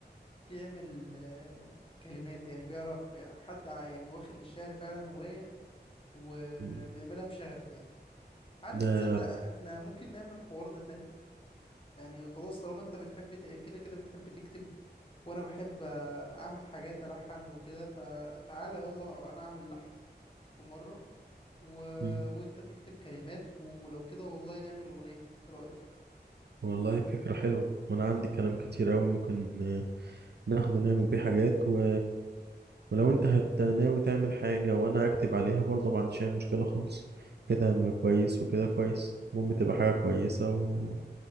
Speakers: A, on the left; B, on the right.
A: بيعمل آه، كلمات يعني بيعرف حد ع- يعني واخد الشعر فعلا هواية وبيعملها
B: مم.
A: بشغف يعني عارف
B: ده
A: تصدق احنا ممكن نعمل الحوار ده تاني يعني خلاص طالما انت بتحب ت- كده كده بتحب تكتب وانا بحب آه، اعمل حاجات الحن وكده فتعالى يلا انا اعمل لحن في مرة و...
B: مم.
A: وانت تكتب كلمات ولو كده والله نعمل اغنية ايه رأيك
B: والله فكرة حلوة وانا عندي كلام كتير قوي ممكن آه، ناخده نعمل بيه حاجات و... ولو انت هت ناوي تعمل حاجة وانا اكتب عليها برضه ما عنديش اي مشكلة خالص كده هيبقى كويس وكده كويس المهم تبقى حاجة كويسة و...